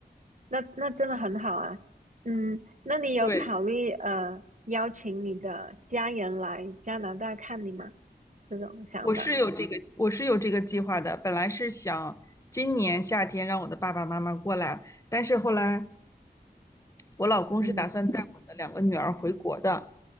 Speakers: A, on the right; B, on the left.
A: 那那真的很好啊。嗯，那你有考虑呃邀请你的家人来加拿大看你吗？
B: <laughs> 对，
A: 这种想法？
B: 我是有这个，我是有这个计划的。本来是想今年夏天让我的爸爸妈妈过来，但是后来我老公是打算带我的两个女儿回国的，
A: 嗯